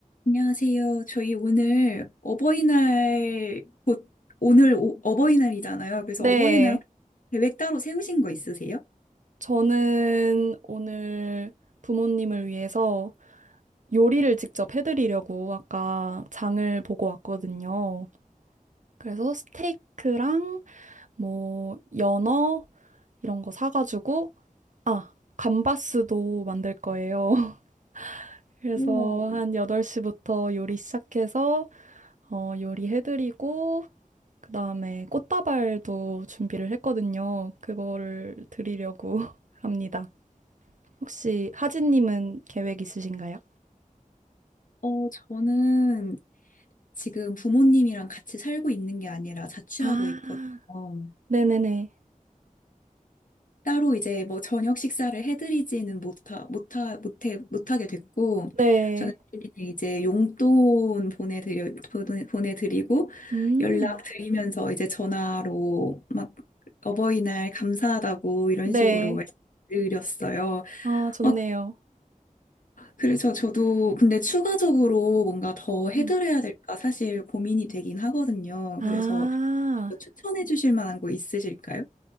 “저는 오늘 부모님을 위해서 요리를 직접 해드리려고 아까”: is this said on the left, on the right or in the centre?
Right